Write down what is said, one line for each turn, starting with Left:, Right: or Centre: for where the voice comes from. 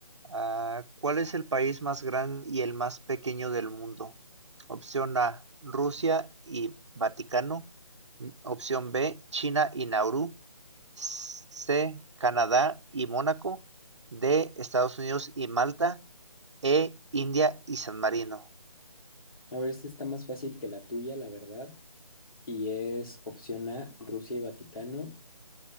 Right: ah, ¿cuál es el país más grande y el más pequeño del mundo? Opción A, Rusia y Vaticano. Mm, Opción B, China y Nauru. S- C, Canadá y Mónaco. D, Estados Unidos y Malta. E, India y San Marino.
Left: A ver, esta está más fácil que la tuya, la verdad. Y es opción A, Rusia y Vaticano.